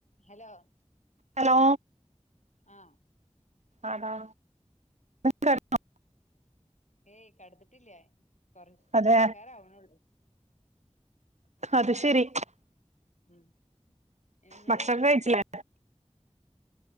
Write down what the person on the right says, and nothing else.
ഹലോ
ആണോ <unintelligible>
അതെ
അത് ശെരി
ഭക്ഷണം
കയ്ച്ചിലേ